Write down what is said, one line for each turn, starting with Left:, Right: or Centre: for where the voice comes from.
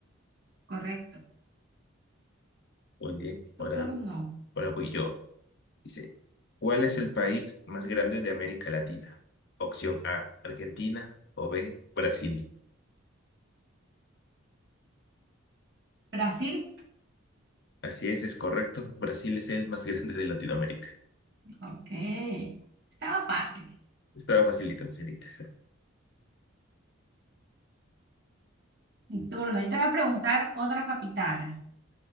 Right: Correcto.
Left: Muy bien,
Right: Es
Left: ahora,
Right: tu turno.
Left: ahora voy yo. Dice, ¿cuál es el país más grande de América Latina? Opción A, Argentina o B, Brasil.
Right: Brasil.
Left: Así es, es correcto. Brasil es el más <laughs> grande de Latinoamérica.
Right: Ok. Estaba fácil.
Left: Estaba facilita, facilita.
Right: Mi turno. Yo te voy a preguntar otra capital.